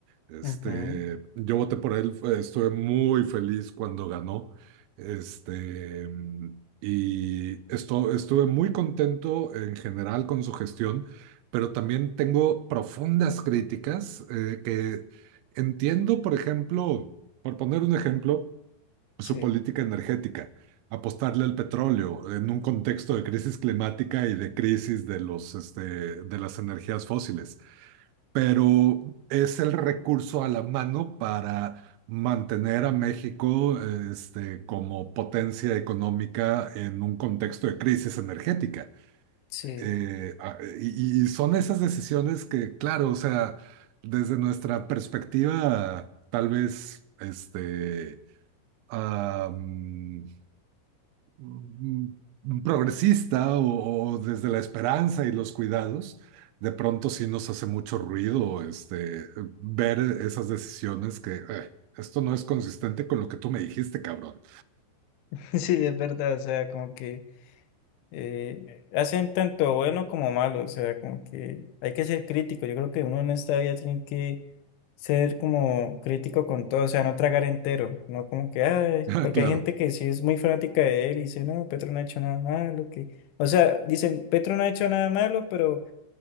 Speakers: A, on the right (about 80°); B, on the left (about 75°).
A: Este,
B: Ujú,
A: yo voté por él, fue- estuve muy feliz cuando ganó. Este, mm, y esto, estuve muy contento en general con su gestión, pero también tengo profundas críticas eh, que entiendo, por ejemplo, por poner un ejemplo,
B: Sí,
A: su política energética, apostarle al petróleo en un contexto de crisis climática y de crisis de los, este, de las energías fósiles pero es el recurso a la mano para mantener a México, este, como potencia económica en un contexto de crisis energética.
B: sí.
A: Eh, a- y, y son esas decisiones que, claro, o sea, desde nuestra perspectiva, tal vez, este, am, mm, progresista o, o desde la esperanza y los cuidados, de pronto sí nos hace mucho ruido este, ver esas decisiones que "Eh, esto no es consistente con lo que tú me dijiste, cabrón.
B: <laughs> Sí, es verdad, o sea, como que eh, hacen tanto bueno como malo, o sea, como que hay que ser crítico. Yo creo que uno en esta vida tiene que ser como crítico con todo, o sea, no tragar entero, no como que, ay,
A: <laughs>
B: porque
A: Claro,
B: hay gente que sí es muy fanática de él y dice, no, Petro no ha hecho nada malo, que, o sea, dicen, Petro no ha hecho nada malo, pero